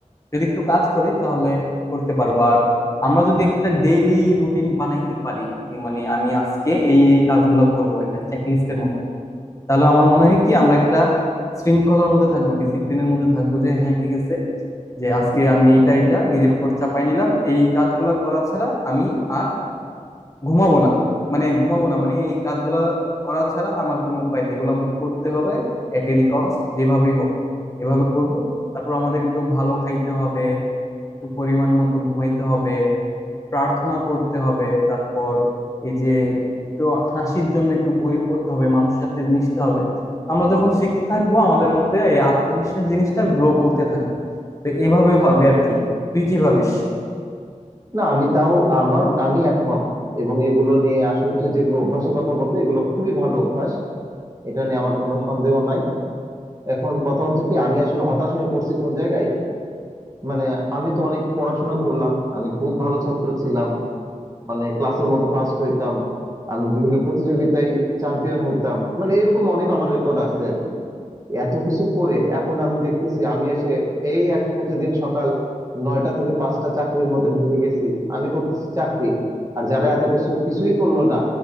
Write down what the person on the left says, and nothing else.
যদি একটু কাজ করি তাহলে করতে পারবো আর আমরা যদি একটা ডেইলি রুটিন বানাইতে পারি এই মানে আমি আজকে এই এই কাজগুলো করব একটা চেকলিস্টের মতো তাহলে আমার মনে হয় কি আমরা একটা শৃঙ্খলার মধ্যে থাকবো ডিসিপ্লিনের মধ্যে থাকবো যে হ্যাঁ ঠিক আছে যে আজকে আমি এটা এটা নিজের উপর চাপাই নিলাম এই কাজগুলা করা ছাড়া আমি আর ঘুমাবো না মানে ঘুমাবো না মানে এই কাজগুলা করা ছাড়া আমার কোনো উপায় নেই এগুলো আমাকে করতে হবে এট এনি কস্ট যেভাবেই হোক এভাবে করব তারপর আমাদের একটু ভালো খাইতে হবে একটু পরিমাণ মতো ঘুমাইতে হবে প্রার্থনা করতে হবে তারপর এই যে একটু হাসির জন্য একটু বই পড়তে হবে মানুষের সাথে মিশতে হবে আমরা যখন শিখতে থাকবো আমাদের মধ্যে এই আত্মবিশ্বাস জিনিসটা গ্রো করতে থাকবে তো এভাবে হবে আর কি তুই কি ভাবিস